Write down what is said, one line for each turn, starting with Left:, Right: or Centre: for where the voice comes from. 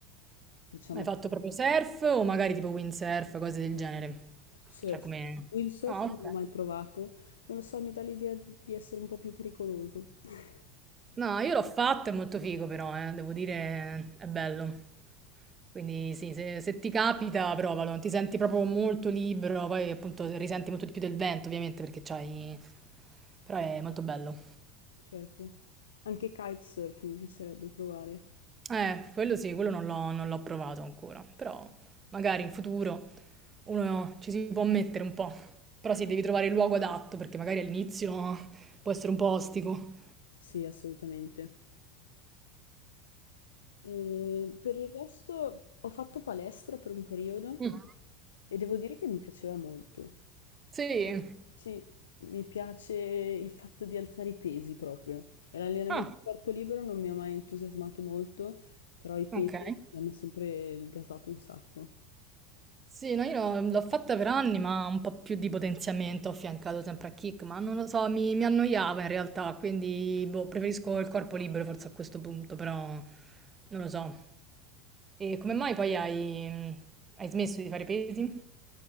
Left: diciamo
Right: Hai fatto
Left: che
Right: proprio surf o magari tipo windsurf, cose del genere?
Left: surf,
Right: Cioè, come...
Left: windsurf
Right: Ah,
Left: non
Right: ok.
Left: l'ho mai provato, non lo so, mi dà l'idea di essere un po' più pericoloso. <laughs>
Right: No, io l'ho fatto, è molto figo però, eh, Devo dire, è bello. Quindi sì, se, se ti capita, provalo. Ti senti proprio molto libero, poi appunto risenti molto di più del vento, ovviamente, perché c'hai... Però è molto bello.
Left: Certo. Anche kitesurf mi piacerebbe provare.
Right: Eh, quello sì, quello non l'ho non l'ho provato ancora, però magari in futuro uno ci si può mettere un po', però sì, devi trovare il luogo adatto perché magari all'inizio può essere un po' ostico.
Left: Sì, assolutamente. E per il resto ho fatto palestra per un periodo
Right: Mm,
Left: e devo dire che mi piaceva molto.
Right: Sì.
Left: Sì, mi piace il fatto di alzare i pesi proprio. E L'allenamento
Right: Ah,
Left: a corpo libero non mi ha mai entusiasmato molto, però i pesi
Right: ok.
Left: mi hanno sempre gasato un sacco.
Right: Sì, no, io l'ho fatta per anni, ma un po' più di potenziamento ho affiancato sempre a kick, ma non lo so, mi, mi annoiava in realtà, quindi boh, preferisco il corpo libero forse a questo punto, però non lo so. E come mai poi hai, hai smesso di fare pesi?